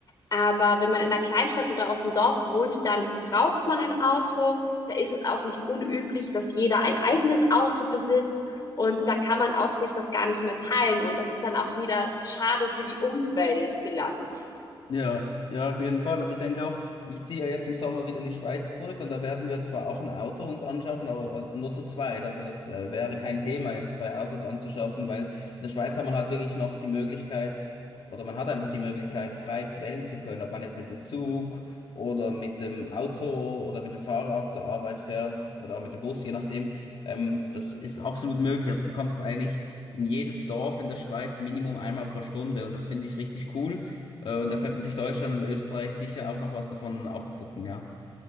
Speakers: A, on the left (about 45°); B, on the left (about 70°).
A: Aber wenn man in einer Kleinstadt oder auf dem Dorf wohnt, dann braucht man ein Auto. Da ist es auch nicht unüblich, dass jeder ein eigenes Auto besitzt. Und da kann man auch sich das gar nicht mehr teilen. Und das ist dann auch wieder schade für die Umweltbilanz.
B: Ja, ja, auf jeden Fall. Also ich denke auch, ich ziehe ja jetzt im Sommer wieder in die Schweiz zurück und da werden wir zwar auch ein Auto uns anschaffen, aber äh, nur zu zweit. Also das äh, wäre kein Thema, jetzt zwei Autos anzuschaffen, weil in der Schweiz hat man halt wirklich noch die Möglichkeit oder man hat einfach die Möglichkeit, frei zu wählen zu können, ob man jetzt mit dem Zug oder mit dem Auto oder mit dem Fahrrad zur Arbeit fährt oder auch mit dem Bus, je nachdem. Ähm, das ist absolut möglich. Also du kommst eigentlich in jedes Dorf in der Schweiz Minimum einmal pro Stunde und das finde ich richtig cool. Äh, und da könnten sich Deutschland und Österreich sicher auch noch was davon abgucken, ja.